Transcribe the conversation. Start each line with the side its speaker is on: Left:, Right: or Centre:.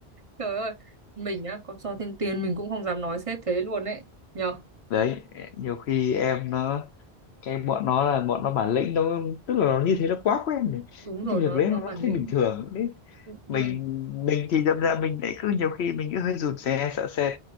Right: trời ơi mình á có cho thêm tiền mình cũng không dám nói sếp thế luôn ấy nhờ
Left: đấy nhiều khi em nó cái bọn nó là bọn nó bản lĩnh nó tức là nó như thế nó quá quen rồi
Right: đúng rồi
Left: cái việc
Right: nó
Left: đấy
Right: nó
Left: nó nó
Right: bản lĩnh
Left: thấy bình thường đấy
Right: mình
Left: mình mình thì đâm ra mình lại cứ nhiều khi mình cứ hơi rụt rè sợ sệt